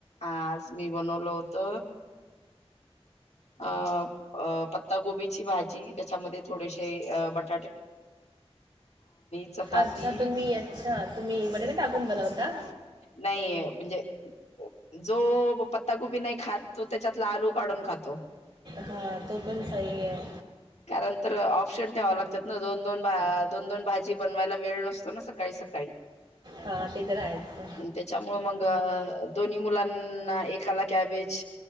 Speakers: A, on the left (about 85°); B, on the right (about 65°).
A: आ आज मी बनवल होत अ पत्तागोबीची भाजी त्याच्यामध्ये थोडेसे बट चपाती
B: अच्छा तुम्ही अच्छा तुम्ही बटरी टाकून बनवता
A: नाही म्हणजे जो पत्तागोबी नाही खात तो त्याच्यातला आलू काढून खातो
B: हां तो पण सही आहे
A: कारण तर ऑप्शन ठेवा लागतात ना दोन दोन भा दोन दोन भाजी बनवायला वेळ नसतो ना सकाळी सकाळी
B: हा ते तर आहेच
A: त्याच्यामुळ मग दोन्ही मुलांना एकाला कॅबेज